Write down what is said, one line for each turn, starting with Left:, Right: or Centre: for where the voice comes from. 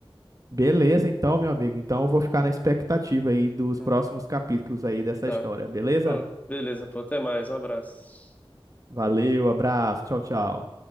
Right: Beleza, então, meu amigo. Então, eu vou ficar na expectativa aí dos
Left: Hum.
Right: próximos capítulos aí dessa
Left: Tá.
Right: história, beleza?
Left: Beleza, pô, até mais, um abraço.
Right: Valeu, abraço, tchau, tchau.